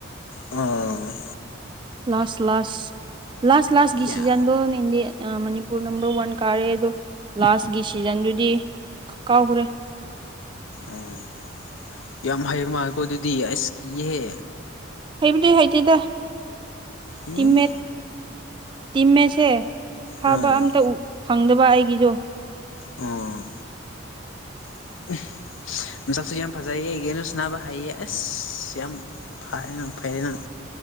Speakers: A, on the left; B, on the right.
A: ꯑꯥ
B: ꯂꯁ ꯂꯁ ꯂꯁ ꯂꯁ ꯗꯤꯁꯤꯖꯟꯗꯣ
A: ꯌꯥ
B: ꯅꯗꯤ ꯃꯅꯤꯄꯨꯔ ꯅꯝꯕꯔ ꯋꯥꯟ ꯀꯥꯔꯦ ꯑꯗꯣ ꯂꯥꯁꯀꯤ ꯁꯤꯖꯟꯗꯨꯗꯤ ꯀꯥꯎꯈ꯭ꯔꯦ
A: ꯑꯣ ꯌꯥꯝ ꯍꯥꯏꯩꯕ ꯃꯥꯜꯂꯦꯀꯣ ꯑꯗꯨꯗꯤ ꯑꯁ ꯀꯤꯍꯦ
B: ꯍꯦꯕꯨꯗꯤ ꯍꯥꯏꯗꯤꯗ
A: ꯍꯤ
B: ꯇꯤꯝꯃꯦꯦꯠ ꯇꯤꯝꯃꯦꯦꯠꯁꯦ ꯐꯕ
A: ꯑꯥ
B: ꯑꯝꯇ ꯎ ꯐꯪꯗꯕ ꯑꯩꯒꯤꯁꯨꯣ
A: ꯑ <inaudible> ꯅꯅꯨꯡꯁꯥꯛꯁꯨ ꯌꯥꯝ ꯐꯖꯩꯌꯦ ꯏꯒꯤꯅꯁ ꯅꯅꯥꯕ ꯍꯥꯏꯌꯦ ꯑꯁ ꯌꯥꯝ ꯐꯔ ꯐꯩꯔꯦ ꯅꯪ